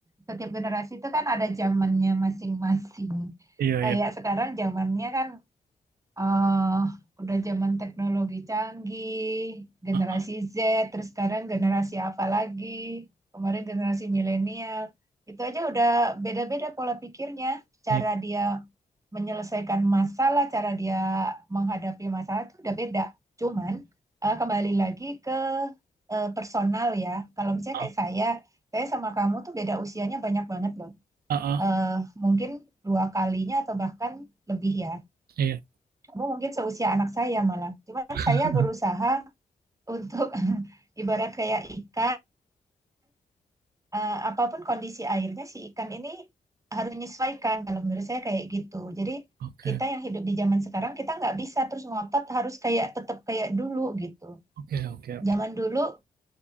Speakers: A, on the right; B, on the right.
A: setiap generasi itu kan ada zamannya masing-masing.
B: iya
A: Kayak
B: iya.
A: sekarang zamannya kan eh udah zaman teknologi canggih, generasi
B: Ah,
A: Z, terus sekarang generasi apa lagi? Kemarin generasi milenial. Itu aja udah beda-beda pola pikirnya, cara
B: iya.
A: dia menyelesaikan masalah, cara dia menghadapi masalah itu udah beda. Cuman eh, kembali lagi ke eh, personal ya. Kalau misalnya
B: Ah,
A: kayak saya, saya sama kamu tuh beda usianya banyak banget loh.
B: ah, ah.
A: Eh, mungkin dua kalinya atau bahkan lebih ya
B: Iya.
A: kamu mungkin seusia anak saya malah. Cuman
B: <laughs>
A: saya berusaha untuk <laughs> ibarat kayak ikan, eh, apapun kondisi airnya si ikan ini harus menyesuaikan. Kalau menurut saya kayak gitu. Jadi
B: Oke,
A: kita yang hidup di zaman sekarang kita nggak bisa terus ngotot harus kayak tetap kayak dulu gitu.
B: oke, oke.
A: Zaman dulu,